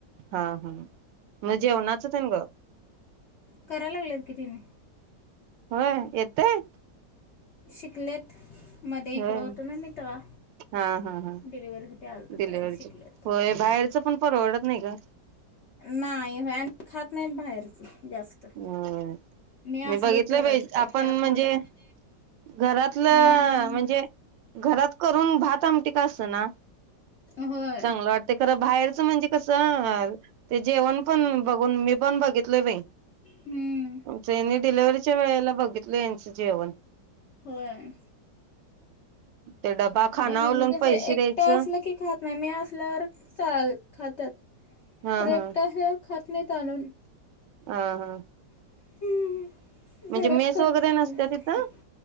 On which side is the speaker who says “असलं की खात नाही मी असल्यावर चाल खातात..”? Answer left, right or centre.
Left